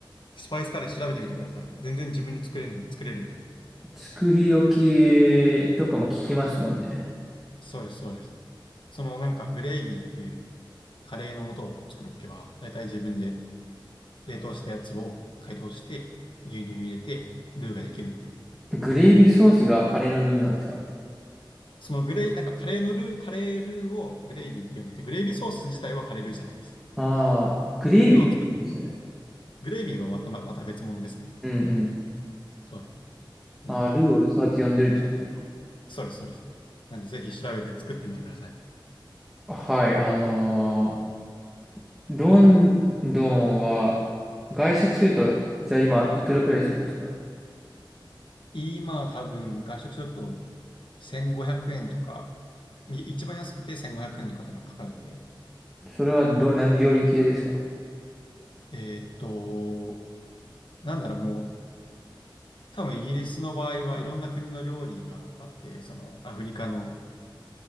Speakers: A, on the left; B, in the centre.
A: スパイスカレー調べてみてください。全然自分で作れる、作れるんで。
B: 作り置きとかも聞きますもんね。
A: そうです、そうです。そのなんかグレイビーっていうカレーの素を作っとけば、だいたい自分で冷凍したやつを解凍して、牛乳入れて、ルーができるんで。
B: グレイビーソースがカレーのルーなんですか
A: そのグレイ、なんかカレーのルー、カレールーをグレイビーって呼んでて、グレイビーソース自体はカレールーじゃないです。
B: ああー、グレイビーって言うんですね。
A: ルーを作グレイビーはまた、ままた別物ですね。
B: うんうん。
A: そうです。なんで、
B: ああ、ルーをそうやって呼んでるってことか。
A: そうです、そうです。なんで、ぜひ調べて作ってみてください。
B: はい、あのーロンドンは、外食すると、じゃあ今、いくらくらいするんですか
A: 今は多分、外食すると1500円とか、み一番安くて1500円とか多分かかるんで、
B: それはどう、何料理系ですか
A: えーっと、なんだろう、もう、多分イギリスの場合はいろんな国の料理があって、そのアフリカの